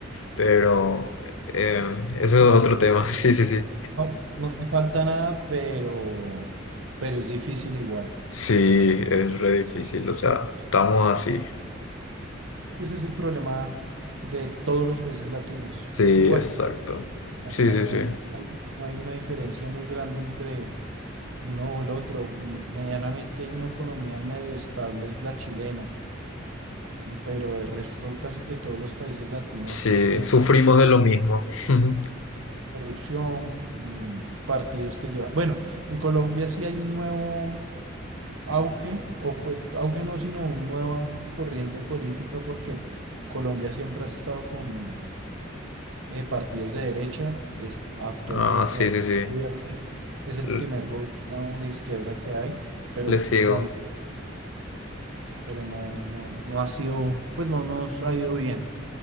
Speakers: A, on the left; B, on the right.
A: Pero eh, eso
B: No,
A: es otro tema, <laughs> sí, sí, sí.
B: no, no te falta nada, pero, pero es difícil igual.
A: Sí, es re difícil, o sea, estamos así.
B: Ese es el problema de todos los países latinos.
A: Sí,
B: Es igual.
A: exacto. Sí,
B: No
A: sí, sí.
B: hay, no hay una diferencia muy grande entre uno o el otro. M- Medianamente hay una economía medio estable, es la chilena. pero de resto casi que todos los países latinos
A: Sí,
B: tenemos
A: sufrimos de lo mismo. <laughs>
B: corrupción, mm, partidos que llevan... Bueno, en Colombia sí hay un nuevo auge, o pues auge no, sino una nueva corriente política porque Colombia siempre ha estado con eh, partidos de derecha, es- actualmente
A: Ah, sí,
B: hay
A: sí, sí.
B: un gobierno, es el
A: L-
B: primer gobierno de izquierda que hay, pero
A: Le sigo.
B: no hay, pero no, no, no ha sido, pues no nos ha ido bien.